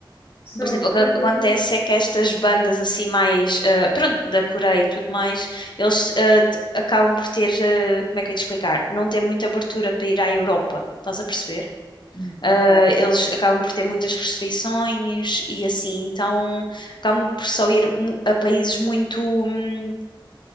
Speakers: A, on the left; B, on the left.
A: Só
B: Por exemplo,
A: que.
B: o que acontece é que estas bandas assim mais, eh, pronto, da Coreia e tudo mais, eles eh, t- acabam por ter, eh, como é que eu ia te explicar? Não tem muita abertura para ir à Europa, estás a perceber?
A: Hum,
B: Ah,
A: ok.
B: eles acabam por ter muitas restrições e assim, então acabam por só ir mu- a países muito, hum,